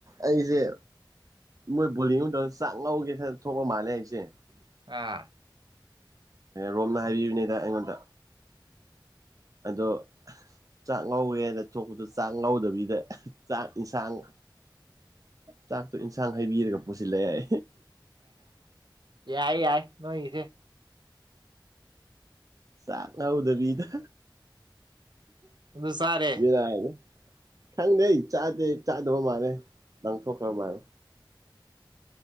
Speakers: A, on the right (about 45°); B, on the right (about 65°).
A: ꯑꯩꯁꯦ ꯃꯣꯏ ꯕꯣꯜ ꯌꯦꯡ ꯃꯇꯝꯗ ꯆꯥꯛ ꯉꯧꯒꯦ ꯈꯜꯂ ꯊꯣꯛꯄ ꯃꯥꯜꯂꯦ ꯑꯩꯁꯦ
B: ꯑꯥ
A: ꯔꯣꯝꯅ ꯍꯥꯏꯕꯤꯕꯅꯤꯗ ꯑꯩꯉꯣꯟꯗ ꯑꯗꯣ ꯆꯥꯛ ꯉꯧꯋꯦ ꯍꯥꯏꯅ ꯊꯣꯛꯄꯗꯣ ꯆꯥꯛ ꯉꯧꯗꯕꯤꯗ ꯆꯥꯛ ꯏꯟꯁꯥꯡ ꯆꯥꯛꯇꯨ ꯏꯟꯁꯥꯡ ꯍꯩꯕꯤꯔꯒ ꯄꯨꯁꯤꯜꯂꯛꯑ‌ꯦ
B: ꯌꯥꯏ ꯌꯥꯏ ꯅꯣꯏꯒꯤꯁꯦ
A: ꯆꯥꯛ ꯉꯧꯗꯕꯤꯗ
B: ꯑꯗꯨ ꯆꯥꯔꯦ
A: ꯕ‌ꯦꯔꯅꯤ ꯈꯪꯗꯦ ꯆꯥꯗꯦ ꯆꯥꯗꯕ ꯃꯥꯜꯂꯦ ꯂꯪꯊꯣꯛꯈ꯭ꯔꯕ ꯃꯥꯜꯂꯦ